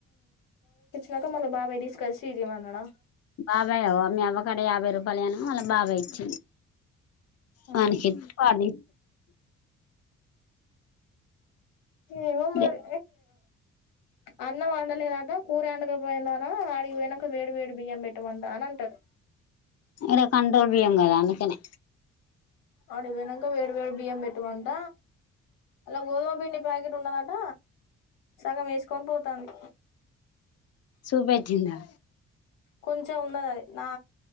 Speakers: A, on the left; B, on the left.
A: నాక మల్ల బాబాయ్ తీసుకొచ్చి ఇంట్లో పన్నాడా
B: బాబాయ్ అవ మీ అవక్కడ యాభై రూపాయల అనీ మల్ల బాబాయ్ ఇచ్చ
A: ఆహా
B: పనికిత్ పాడ్
A: ఏమో
B: ఇచ్చిండు
A: మరి అన్నం వండలేదట కూర ఆండకపోయిందా అనా ఆడి వెనక వేడి వేడి బియ్యం పెట్టమంట అని అంటారు
B: ఇక్కడ కంట్రోల్ చేయంగదా అందుకనే
A: ఆడి వెనక వేడి వేడి బియ్యం పెట్టమంట అలా గోధుమ పిండి ప్యాకెట్ ఉండదట సగం వేసుకొని పోతాండు
B: సుభేజింద
A: కొంచెం ఉన్నద అది నా